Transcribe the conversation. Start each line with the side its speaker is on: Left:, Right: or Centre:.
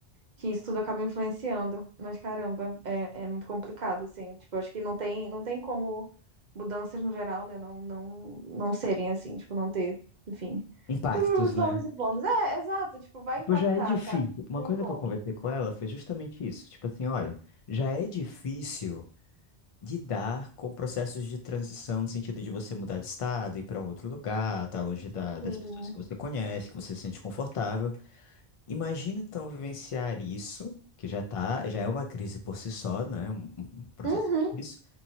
Right: que isso tudo acaba influenciando. Mas, caramba, é, é muito complicado, assim. Tipo, acho que não tem, não tem como mudanças no geral, né? Não, não, não serem assim, tipo, não ter, enfim.
Left: Impactos,
Right: Tem os
Left: né?
Right: ônus e bônus. É, exato, tipo, vai
Left: Tipo,
Right: impactar,
Left: já é difícil.
Right: sabe?
Left: Uma
Right: Não
Left: coisa
Right: tem como.
Left: que eu conversei com ela foi justamente isso. Tipo assim, olha, já é difícil. lidar com processos de transição no sentido de você mudar de estado, ir para um outro lugar, estar longe da- das
Right: Sim.
Left: pessoas que você conhece, que você se sente confortável. Imagina então vivenciar isso, que já tá, já é uma crise por si só, né? Um, um processo
Right: Uhum.
Left: difícil.